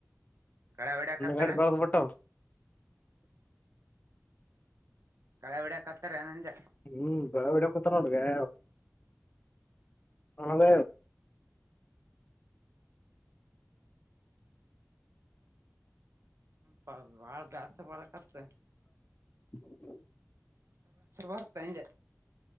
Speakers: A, on the right; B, on the left.
A: ಗಳೆ ಹೊಡ್ಯಾಕತ್ತಾರ
B: <unintelligible>
A: ಗಳೆ ಹೊಡಕ ಹತ್ತಾರೆ ಅನಂದ
B: ಹ್ಮ್ <unintelligible> ಹಣದ
A: ಪ ಬಾಳ ಜಾಸ್ತಿ ಬರಕತ್ತೆ
B: ಹೌ
A: ಬರ್ತ ಅಂದೆ